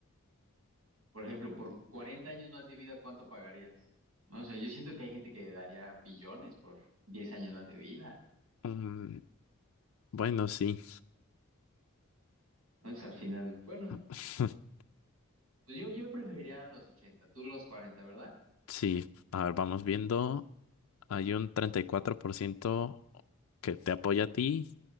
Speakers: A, on the right; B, on the left.
A: Por ejemplo, por 40 años más de vida, ¿cuánto pagarías? No, o sea, yo siento que hay gente que daría billones por 10 años más de vida.
B: Mm, bueno, sí,
A: Entonces, al final, bueno,
B: <laughs>
A: pues yo, yo preferiría a los ochenta tú los cuarenta ¿verdad?
B: sí, a ver, vamos viendo. Hay un 34% que te apoya a ti